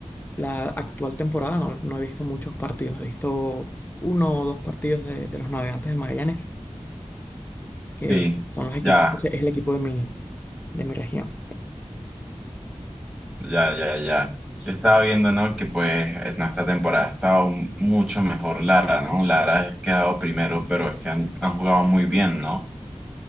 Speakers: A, on the left (about 15°); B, in the centre.
A: la actual temporada no, no he visto muchos partidos. He visto uno o dos partidos de, de los Navegantes del Magallanes, que
B: Sí,
A: son los equipos,
B: ya,
A: es el equipo de mi, de mi región.
B: ya, ya, ya. Yo estaba viendo, ¿no? Que pues en esta temporada ha estado m- mucho mejor Lara, ¿no? Lara ha quedado primero, pero es que han, han jugado muy bien, ¿no?